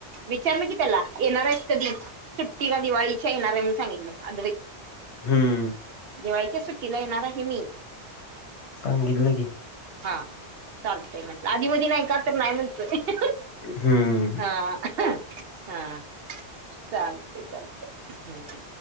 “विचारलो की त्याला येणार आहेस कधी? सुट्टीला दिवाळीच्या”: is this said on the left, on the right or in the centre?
Right